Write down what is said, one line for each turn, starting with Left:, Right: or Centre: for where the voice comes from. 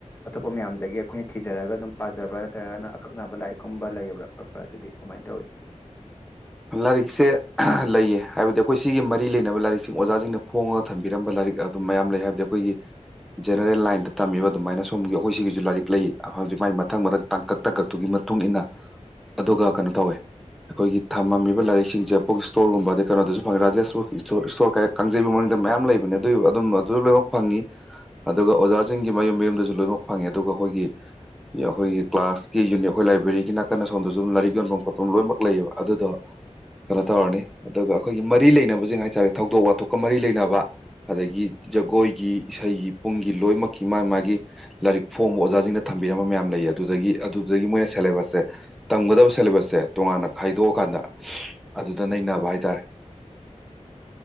Left: ꯑꯇꯣꯞꯄ ꯃꯌꯥꯝꯗꯒꯤ ꯑꯩꯈꯣꯏꯅ ꯊꯤꯖꯔꯒ ꯑꯗꯨꯝ ꯄꯥꯖꯕ꯭ꯔꯥ ꯅꯠꯇ꯭ꯔꯒꯅ ꯑꯀꯛꯅꯕ ꯂꯥꯏꯔꯤꯛ ꯀꯨꯝꯕ ꯂꯩꯕ꯭ꯔꯥ ꯈꯣꯠꯄ꯭ꯔꯥ ꯑꯗꯨꯗꯤ ꯀꯃꯥꯏꯅ ꯇꯧꯏꯤ
Centre: ꯂꯥꯏꯔꯤꯛꯁꯦ ꯂꯩꯌꯦ ꯍꯥꯏꯕꯗꯤ ꯑꯩꯈꯣꯏ ꯁꯤꯒꯤ ꯃꯔꯤ ꯂꯩꯅꯕ ꯂꯥꯏꯔꯤꯛꯁꯤꯡ ꯑꯣꯖꯥꯁꯤꯡꯅ ꯐꯣꯡꯉꯒ ꯊꯝꯕꯤꯔꯝꯕ ꯂꯥꯏꯔꯤꯛ ꯑꯗꯨꯝ ꯃꯌꯥꯝ ꯂꯩ ꯍꯥꯏꯕꯗꯤ ꯑꯩꯈꯣꯏꯒꯤ ꯖꯦꯅꯔꯦꯜ ꯂꯥꯏꯟꯗ ꯇꯝꯃꯤꯕ ꯑꯗꯨꯃꯥꯏꯅ ꯁꯣꯝꯒꯤ ꯑꯩꯈꯣꯏ ꯁꯤꯒꯤꯁꯨ ꯂꯥꯏꯔꯤꯛ ꯂꯩ ꯍꯧꯖꯤꯛ ꯃꯥꯏ ꯃꯊꯪ ꯃꯊꯪ ꯇꯥꯡꯀꯛ ꯇꯪꯀꯛ ꯑꯗꯨꯒꯤ ꯃꯇꯨꯡ ꯃꯇꯨꯡꯏꯟꯅ ꯑꯗꯨꯒ ꯀꯩꯅꯣ ꯇꯧꯋꯦ ꯑꯩꯈꯣꯏꯒꯤ ꯊꯝꯃꯝꯃꯤꯕ ꯂꯥꯏꯔꯤꯛꯁꯦ ꯕꯨꯛ ꯁ꯭ꯇꯣꯔꯒꯨꯝꯕ ꯑꯗꯩ ꯀꯩꯅꯣꯗꯁꯨ ꯐꯪꯉꯦ ꯔꯥꯦꯁ ꯕꯨꯛ ꯁꯇꯣꯔ ꯏꯁꯇꯣꯔ ꯀ ꯀꯥꯡꯖꯩ ꯃꯡꯗ ꯃꯌꯥꯝ ꯂꯩꯕꯅꯦ ꯑꯗꯨꯒꯤ ꯑꯗꯨꯝ ꯑꯗꯨꯁꯨ ꯂꯣꯏꯅꯃꯛ ꯐꯪꯉꯤ ꯑꯗꯨꯒ ꯑꯣꯖꯥꯁꯤꯡꯒꯤ ꯃꯌꯨꯝ ꯃꯌꯨꯝꯗꯁꯨ ꯂꯣꯏꯅꯃꯛ ꯐꯪꯉꯦ ꯑꯗꯨꯒ ꯑꯩꯈꯣꯏꯒꯤ ꯑꯩꯈꯣꯏꯒꯤ ꯀ꯭ꯂꯥꯁꯀꯤ ꯌꯨꯅꯤꯠ ꯑꯩꯈꯣꯏ ꯂꯥꯏꯕ꯭ꯔꯦꯔꯤꯒꯤꯅꯥꯀꯅ ꯁꯣꯝꯗꯁꯨ ꯑꯗꯨꯝ ꯂꯥꯏꯔꯤꯛ ꯌꯣꯟꯐꯝ ꯈꯣꯠꯐꯝ ꯂꯣꯏꯅꯃꯛ ꯂꯩꯌꯦꯕ ꯑꯗꯨꯗꯣ ꯀꯩꯅꯣ ꯇꯧꯔꯅꯤ ꯑꯗꯨꯒ ꯑꯩꯈꯣꯏꯒꯤ ꯃꯔꯤ ꯂꯩꯅꯕꯁꯤꯡ ꯍꯥꯏꯇꯥꯔꯦ ꯊꯧꯗꯣꯛ ꯋꯥꯊꯣꯛꯀ ꯃꯔꯤ ꯂꯩꯅꯕ ꯑꯗꯒꯤ ꯖꯒꯣꯏꯒꯤ ꯏꯁꯩꯒꯤ ꯄꯨꯡꯒꯤ ꯂꯣꯏꯅꯃꯛꯀꯤ ꯃꯥꯒꯤ ꯃꯥꯒꯤ ꯂꯥꯏꯔꯤꯛ ꯐꯣꯡꯕ ꯑꯣꯖꯥꯁꯤꯡꯅ ꯊꯝꯕꯤꯔꯝꯕ ꯃꯌꯥꯝ ꯂꯩꯌꯦ ꯑꯗꯨꯗꯒꯤ ꯑꯗꯨꯗꯒꯤ ꯃꯣꯏꯅ ꯁꯦꯂꯦꯕꯁꯁꯦ ꯇꯝꯒꯗꯕ ꯁꯦꯂꯦꯕꯁꯁꯦ ꯇꯣꯉꯥꯟꯅ ꯈꯥꯏꯗꯣꯛꯑꯀꯥꯟꯗ ꯑꯗꯨꯗ ꯅꯩꯅꯕ ꯍꯥꯏꯇꯥꯔꯦ